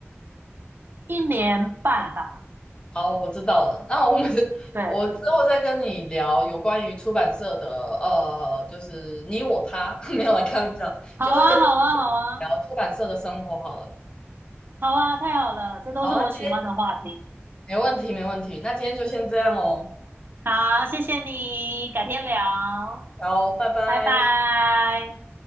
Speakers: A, on the right; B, on the left.
A: 一年半吧。
B: 好，我知道了。那我们 <laughs>
A: 对，
B: 我之后再跟你聊有关于出版社的呃，就是你我他，<laughs> 没有来开玩笑，
A: 好啊，
B: 就是跟你
A: 好啊，好啊，
B: 聊出版社的生活好了。
A: 好啊，太好了，这都是我喜欢的话题。
B: 好，那今天。没问题，没问题。那今天就先这样哦，
A: 好，谢谢你，改天聊，
B: 好，拜拜。
A: 拜拜。